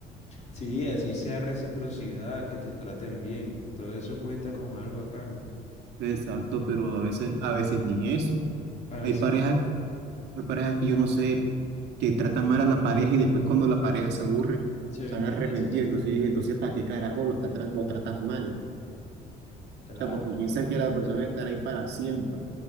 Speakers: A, on the left; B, on the right.
A: Sí, así sea reciprocidad, que te traten bien. Todo eso cuenta como algo a cambio.
B: <laughs> Exacto, pero a veces, a veces ni eso.
A: A veces
B: Hay parejas, hay parejas que yo no sé, que tratan mal a la pareja y después cuando la pareja se aburre,
A: se
B: están
A: victimizan.
B: arrepentidos. Entonces, entonces ¿para qué carajo lo, está, tra- lo tratas mal?
A: Claro.
B: O sea, porque piensan que la persona estará ahí para siempre.